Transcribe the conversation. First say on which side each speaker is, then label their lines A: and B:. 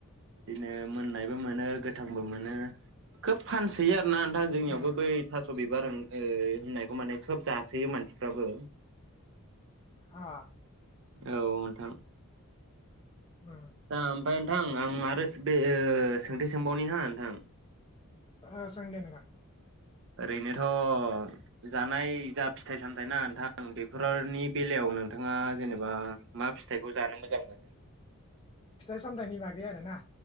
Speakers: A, on the right; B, on the left.
A: बिदिनो मोननाय बो मोनो गोथांबो मोनो। खोब फानसोयो आरोना नोंथां जोंनियावबो
B: उम
A: बै थास' बिबार ओ होननायखौ माने खोब जासोयो मानसिफ्राबो।
B: अ।
A: औ नोंथां।
B: उम
A: दा ओमफाय नोंथां आं आरो बे सोंथि सोंबावनि हा नोंथां।
B: आ सों दे नोंथां।
A: ओरैनोथ' जानाय जा फिथाइ सामथायाइ ना नोंथां बेफोरनि बेलायाव नोंथाङा जेनेबा मा फिथाइखौ जानो मोजां मोनो?
B: फिथाइ सामथायाइनि बागै आरोना?